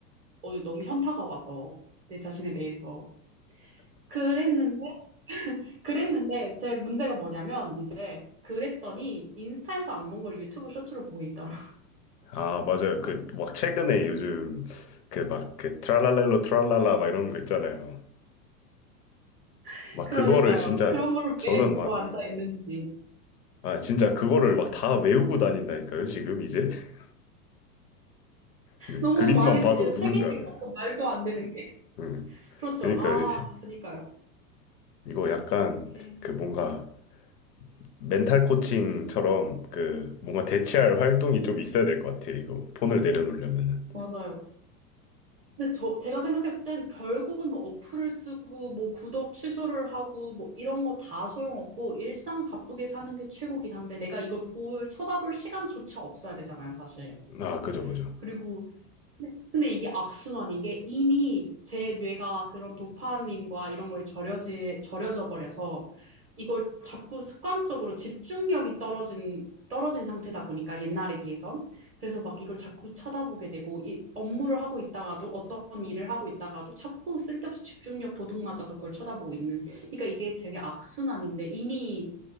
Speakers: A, on the right; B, on the left.
A: 어, 너무 현타가 와서 내 자신에 대해서 그랬는데 그랬는데 제 문제가 뭐냐면 이제 그랬더니 인스타에서 안 본 걸 유튜브 쇼츠로 보고 있더라.
B: 아, 맞아요. 그 막 최근에 요즘 그 막 그 트랄랄렐로 트랄랄라 막 이런 거 있잖아요.
A: <laughs>
B: 막
A: 그러니까요.
B: 그거를 진짜
A: 그런 걸
B: 저는
A: 왜 보고
B: 막
A: 앉아 있는지.
B: 아, 진짜 그거를 막 다 외우고 다닌다니까요, 지금 이제. <laughs> 네,
A: 너무
B: 그림만
A: 많이 이제
B: 봐도
A: 세계신
B: 누군지 알아요.
A: 거고 말도 안 되는 게. <laughs>
B: 음.
A: 그렇죠.
B: 그러니까
A: 아,
B: 이제
A: 그러니까요.
B: 이거 약간
A: 이게
B: 그 뭔가 멘탈 코칭처럼 그 뭔가 대체할 활동이 좀 있어야 될 것 같아요. 이거 폰을 내려놓으려면은.
A: 맞아요. 근데 저 제가 생각했을 땐 결국은 뭐 어플을 쓰고 뭐 구독 취소를 하고 뭐 이런 거 다 소용없고 일상 바쁘게 사는 게 최고긴 한데 내가 이걸 볼 쳐다볼 시간조차 없어야 되잖아요, 사실.
B: 아, 그죠, 그죠.
A: 그리고 네. 근데 이게 악순환인 게 이미 제 뇌가 그런 도파민과 이런 거에 절여지, 절여져 버려서 이걸 자꾸 습관적으로 집중력이 떨어진, 떨어진 상태다 보니까 옛날에 비해선. 그래서 막 이걸 자꾸 쳐다보게 되고 이 업무를 하고 있다가도 어떤 일을 하고 있다가도 자꾸 쓸데없이 집중력 도둑 맞아서 그걸 쳐다보고 있는. 그러니까 이게 되게 악순환인데 이미